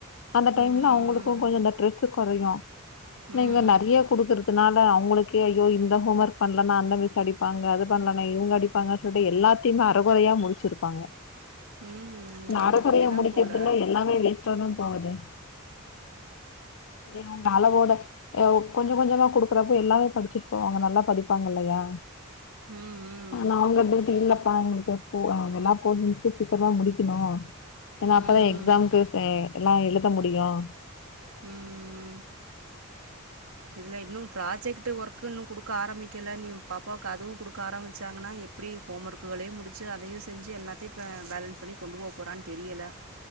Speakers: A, on the left; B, on the right.
A: அந்த டைம்ல
B: ம் ம்
A: அவுங்களுக்கு கொஞ்சம் ஸ்ட்ரெஸ் குறையும்ன
B: ம்
A: இங்க நெறைய கொடுக்கறதுனால அவங்களுக்கு கே ஐயோ இந்த ஹோம் ஒர்க் பண்ணலன்னா அந்த மிஸ் அடிப்பாங்க அது பண்ணலனா இவுங்க அடிப்பாங்கன்னு சொல்லிட்டு எல்லாத்தையுமே அறக்கொரையா முடிச்சிருப்பாங்க
B: ம் ம் ம்
A: நாரக்குறையா
B: ம் அப்டிதா
A: முடிக்கிறதுல
B: போல
A: எல்லாமே வேஸ்டாதான் போவுது ஏங்க உங் அளவோட அ கொஞ்சம் கொஞ்சமா குடுக்குறப்ப எல்லாமே படிச்சட்போவாங்க நல்லா படிப்பாங்க இல்லையா
B: ம் ம்
A: ஆனா அவுங்க டியூட்டி இல்ல ப்ப அவங்களுக்கு போ அதல்லாம் போஷன்ஸ் சீக்கிரமா முடிக்கணும் ஏன்னா அப்பதான்
B: ம்
A: எக்ஸாம்க்கு
B: ம்
A: எல்லாம் எழுத முடியும்
B: உம் இதுல இன்னும் ப்ராஜெக்ட் ஒர்க்க இன்னும் குடுக்க ஆரம்பி க்கல நீ உன் பாப்பாவுக்கு அதுவும் குடுக்க ஆரம்பிச்சாங்கன்னா எப்டி ஹோம் ஒர்க்ககளையும் முடிச்சு அதையும் செஞ்சு எல்லாத்தையும் பே பேலன்ஸ் பண்ணி கொண்டு போக போறான்னு தெரியல